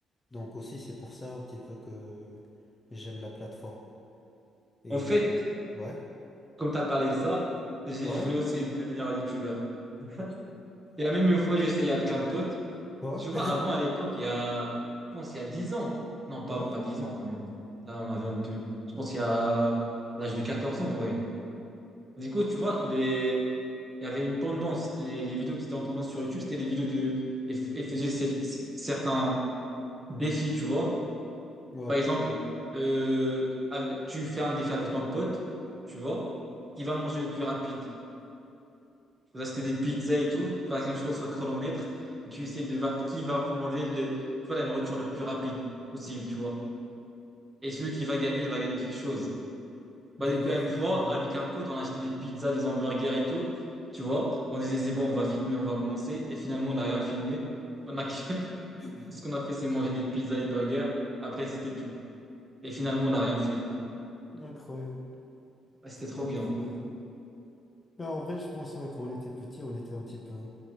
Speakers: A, on the left; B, on the right.
A: Donc aussi, c'est pour ça un petit peu que j'aime la plateforme. Et
B: En fait,
A: euh, ouais,
B: comme tu as parlé de ça, j'ai-
A: ouais,
B: je voulais aussi devenir un YouTuber. <laughs> Il y a même une fois, j'ai essayé avec un pote.
A: ouais,
B: Tu vois,
A: <laughs>
B: avant, à l'époque, il y a, je pense, il y a 10 ans. Non, pas,
A: ouais,
B: pas 10 ans quand même. Là, on a vingt deux Je pense, il y a l'âge de 14 ans, ouais. Du coup, tu vois, les, il y avait une tendance. Les, les vidéos qui étaient en tendance sur YouTube, c'était les vidéos de, et, f- et faisaient cel- certains défis, tu vois.
A: ouais.
B: Par exemple, euh, ave- tu fais un défi avec ton pote, tu vois, qui va manger le plus rapide. Vous achetez des pizzas et tout. Par exemple, tu lances le chronomètre et tu essaies de voir qui va manger le, tu vois, la nourriture le plus rapide possible, tu vois. Et celui qui va gagner, il va gagner quelque chose. Bah,
A: Des
B: du
A: défis,
B: coup, là, une fois,
A: ouais.
B: avec un pote, on a acheté des pizzas, des hamburgers et tout. Tu vois, on disait, c'est bon, on va filmer, on va commencer. Et finalement, on n'a rien filmé. On a... que- <laughs>
A: <laughs>
B: Tout ce qu'on a fait, c'est manger les pizzas, les burgers. Après, c'était tout. Et finalement, on n'a rien fait.
A: Incroyable,
B: Bah, C'était trop
A: incroyable.
B: bien.
A: Mais en vrai, je pense, ouais, quand on était petit, on était un petit peu.